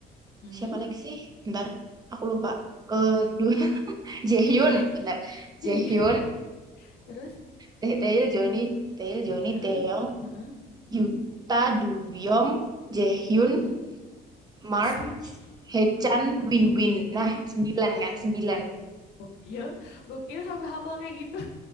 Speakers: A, on the left; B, on the right.
A: Mm-mm.
B: siapa lagi sih? Bentar, aku lupa. Eh Du <laughs> Jaehyun,
A: <laughs>
B: bentar.
A: Ya,
B: Jaehyun,
A: iya. Terus?
B: Tae- Tail, Johnny, Tail, Johnny,
A: Heeh,
B: Taeyong,
A: heeh, heeh,
B: Yuta, Duyong, Jaehyun,
A: heeh.
B: Mark,
A: Asli.
B: Hechan,
A: Heeh,
B: Win-Win.
A: heeh.
B: Nah, sembilan kan, sembilan.
A: Gokil, gokil sampai hafal kayak gitu.